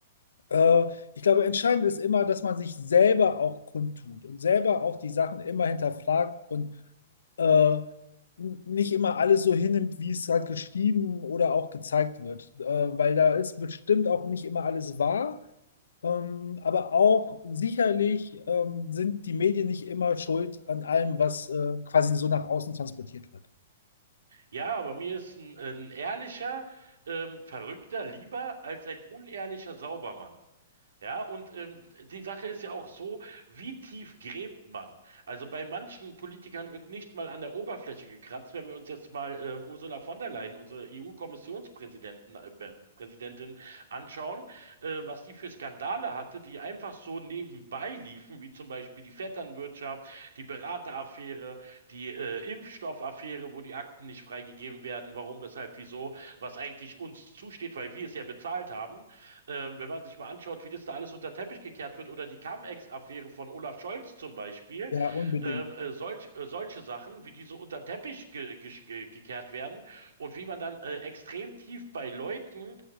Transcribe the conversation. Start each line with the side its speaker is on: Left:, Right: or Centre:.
Left: Äh, ich glaube, entscheidend ist immer, dass man sich selber auch kundtut und selber auch die Sachen immer hinterfragt und äh, n- nicht immer alles so hinnimmt, wie es halt geschrieben oder auch gezeigt wird. Äh, weil da ist bestimmt auch nicht immer alles wahr. Ähm, aber auch sicherlich ähm, sind die Medien nicht immer schuld an allem, was äh, quasi so nach außen transportiert wird.
Right: Ja, aber mir ist ein, ein ehrlicher, ähm, Verrückter lieber als ein unehrlicher Saubermann. Ja, und ähm, die Sache ist ja auch so, wie tief gräbt man? Also bei manchen Politikern wird nicht mal an der Oberfläche gekratzt. Wenn wir uns jetzt mal ähm, Ursula von der Leyen, unsere EU-Kommissionspräsidentin äh, Be- Präsidentin, anschauen, äh, was die für Skandale hatte, die einfach so nebenbei liefen, wie zum Beispiel die Vetternwirtschaft, die Berateraffäre, die äh, Impfstoffaffäre, wo die Akten nicht freigegeben werden, warum, weshalb, wieso, was eigentlich uns zusteht, weil wir es ja bezahlt haben. Ähm, wenn man sich mal anschaut, wie das da alles unter den Teppich gekehrt wird oder die Cum-Ex-Affäre von Olaf Scholz zum Beispiel,
Left: Ja, unbedingt.
Right: ähm, äh, solch, äh, solche Sachen, wie die so unter den Teppich ge ge ge gekehrt werden und wie man dann äh, extrem tief bei Leuten